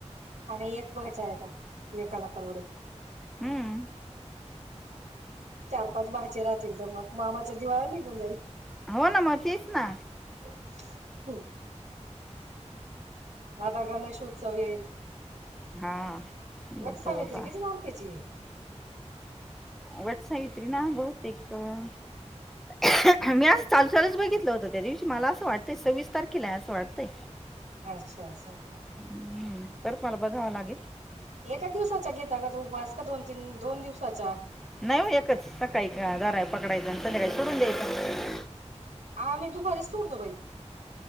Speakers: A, on the right; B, in the centre.
A: आणि एक पहायचा आहे का एकाला परवडल
B: हम्म
A: चार, पाच भाचे राहतील तर मग मामाच दिवाळ निघून जाईल.
B: हो ना म, तेच ना
A: हम्म म, आता गणेशोत्सव येईल?
B: हा.
A: वट
B: बोलता
A: सावित्री
B: बोलता
A: कीती बारकेची
B: वटसावित्री ना, बहुतेक मी असं चालू चालूच बघितलं होतं, त्या दिवशी मला असं वाटतंय, सव्वीस तारखेला आहे असं वाटतंय.
A: अच्छा, असं हाय का?
B: हम्म परत मला बघावं लागेल
A: एकाच दिवसाचा घेता का तो उपास, का दोन तीन, दोन दिवसाचा
B: नाही हो एकचं, सकाळी का दरा पकडायचा, संध्याकाळी सोडून द्यायचा
A: आम्ही दुपारीच सोडतो बाई